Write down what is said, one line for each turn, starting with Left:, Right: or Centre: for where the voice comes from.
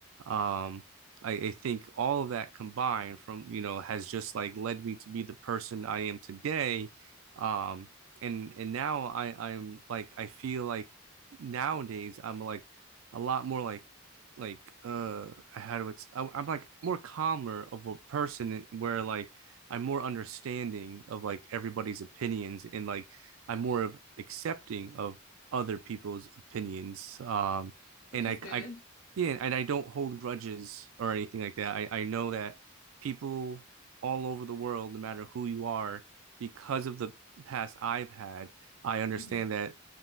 Right: Um, I, I think all of that combined from you know has just like led me to be the person I am today. Um, and and now I I'm like I feel like nowadays I'm like a lot more like like uh I had what's I, I'm like more calmer of a person where like I'm more understanding of like everybody's opinions and like I'm more of accepting of other people's opinions. Um
Left: which
Right: and
Left: is
Right: I
Left: good.
Right: I yeah, and I don't hold grudges or anything like that. I, I know that people all over the world, no matter who you are, because of the past I've had, I understand
Left: hmm
Right: that